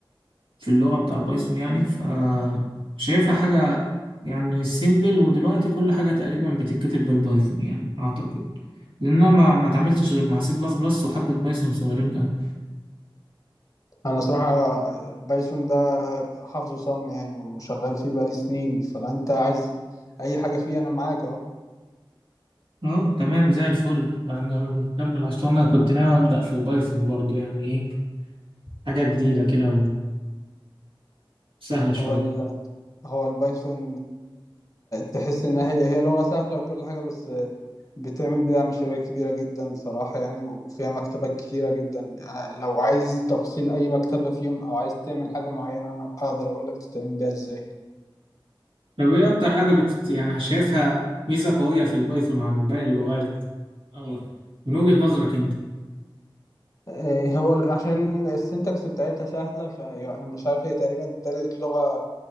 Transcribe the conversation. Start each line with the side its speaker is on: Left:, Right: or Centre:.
Right: في اللغة بتاع البايثون يعني ف شايفها حاجة يعني سيمبل ودلوقتي كل حاجة تقريبا بتتكتب بالبايثون يعني اعتقد لان انا ما ما اتعاملتش غير مع سي بلس بلس وحبة بايثون صغيرين قوي
Left: انا صراحه آه، بايثون ده حافظه صم يعني وشغال فيه بقالي سنين فلو انت عايز اي حاجه فيه انا معاك اهو
Right: اه تمام زي الفل يعني نكمل عشان انا كنت ناوي ابدأ في بايثون برضو يعني ايه حاجة جديدة كده وسهلة شوية
Left: هو ال... هو البايثون تحس ان هي هي لغه سهله وكل حاجه بس بتعمل بيها مشاريع كبيره جدا صراحه يعني وفيها مكتبات كتيره جدا يعني لو عايز تفصيل اي مكتبه فيهم او عايز تعمل حاجه معينه انا اقدر اقول لك تتعمل بيها ازاي
Right: طب ايه اكتر حاجة بت... يعني شايفها ميزة قوية في البايثون عن باقي اللغات او من وجهة نظرك انت
Left: إيه هو عشان السنتكس بتاعتها سهله فانا مش عارف هي تقريبا تالت لغه